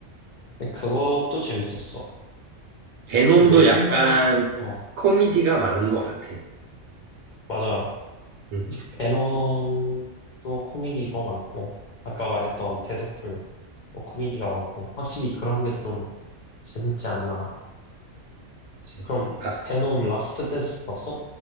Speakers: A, on the left; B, on the right.
A: 근데 그것도 재밌었어.
B: 베놈도
A: 근데 외국
B: 약간
A: 영화, 어,
B: 코미디가 많은 것 같아.
A: 맞아.
B: 음,
A: 베놈도 코미디가 많고, 아까 말했던 데드풀도 코미디가 많고, 확실히 그런 게 좀 재밌지 않나.
B: 그치.
A: 그럼
B: 아,
A: 베놈 라스트 댄스 봤어?